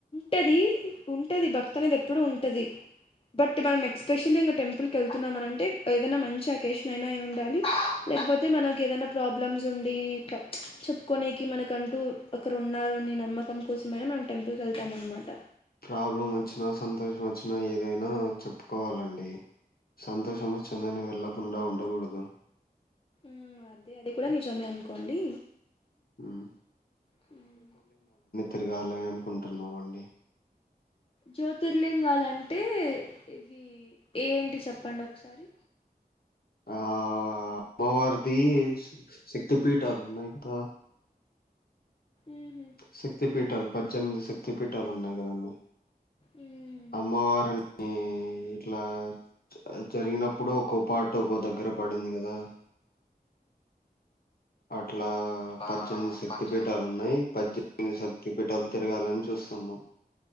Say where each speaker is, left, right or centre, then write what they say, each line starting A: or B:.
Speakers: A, on the left; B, on the left.
A: టది ఉంటది భక్తి అనేది ఎప్పుడు ఉంటది. బట్ మనం ఎక్స్పెషలీ ఇంగ టెంపుల్కిళ్ నం అంటే ఏదైనా మంచి అక్ కేషన్ అయినా అయి ఉండాలి లేకపోతే మనకి ఏదైనా ప్రాబ్లమ్స్ ఉండి. ఇట్లా చెప్పుకోనేకి మనక్ కంటూ అక్కరూన్నారు అని నమ్మకం కోసమైనా మనం టెంపుల్ కేళ్తాం. అనమాట
B: ప్రాబ్లం వచ్చినా సంతోషం వచ్చినా ఏదైనా చెప్పుకోవాలండి సంతోషం
A: మ్మ్
B: వచ్చిందని వెళ్ళకుండా ఉండకూడదు
A: మ్మ్ అదే అది కూడా నిజమే అనుకోండి.
B: హ్మ్
A: హ్మ్
B: తిరగాలి అనుకుంటున్నామండి
A: జ్యోతిర్లింగాలాం టే ఇవి ఏంటి చెప్పండి. ఒకసారి
B: ఆ అమ్మవార్ది శక్తి పీఠాలు ఉన్నాయి. కదా
A: మ్మ్
B: శక్తి పీఠాలు, పజ్దేనిమిది శక్తి పీఠాలు ఉన్నాయి కదండి.
A: మ్మ్
B: అమ్మవారిని ఇట్లా జ జరిగినప్పుడు ఒకో పాట్ ఒకో దగ్గర పడింది గాదా. అట్లా
A: హ్మ్
B: పద్దెనిమిది శక్తి పీఠాలు ఉన్నాయి పద్దెనిమిది శక్తి పీఠాలు తిరగాలని చూస్తున్నాం